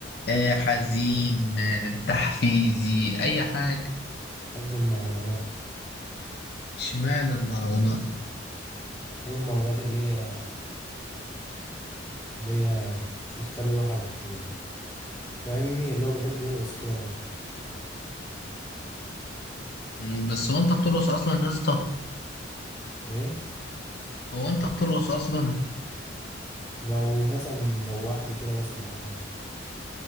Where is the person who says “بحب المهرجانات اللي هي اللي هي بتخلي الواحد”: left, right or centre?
Left